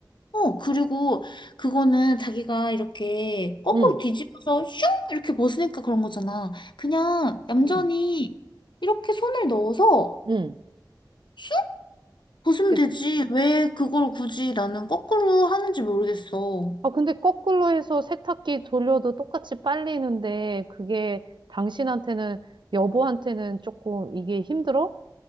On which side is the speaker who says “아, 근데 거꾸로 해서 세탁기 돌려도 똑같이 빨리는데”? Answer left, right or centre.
Right